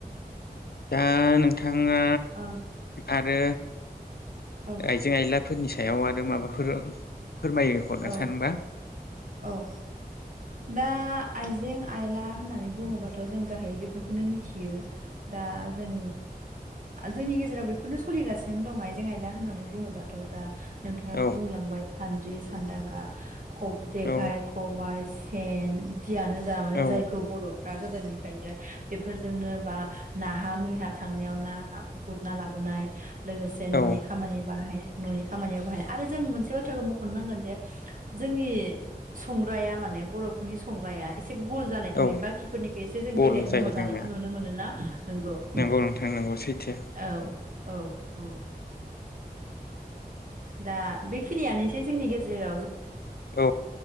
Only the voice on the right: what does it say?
औ
औ
औ
औ दा आइजें आइला होननानै बुङोबाथ' जों गाहायै बेफोरखौनो मिथियो दा जों जोंनि गेजेराव बेफोरनो सोलिगासिनो दं आइजें आइला होननानै बुङोबाथ' दा। नोंथाङाबो
बुंलांबाय सानद्रि सानदांगा ख जेखाइ
खबायाइ। एन जियानो जा माने
जायखौ बरफ फ्रा गोदोनिफ्रायनो बेफोरजोंनो बा नाहा मैहा थांनायाव ना गुरना लाबो। नाय लोगोसे ननि
खामानियाव बाहाय ननि खामानिआव बाहाय आरो जों मोनसे बाथ्राबो म'खनो नांगोन। जोंनि संग्राया माने बर'फोरनि संग्राया एसे एसे गुल जानायखौ
नुयो बाखिफोरनिखौ एसे जों
बेलेग
महर
जानायखौ नुनो मोनोना। नोंगौ
औ
औ औ औ। दा बेखिनियानोसै जोंनि गेजेर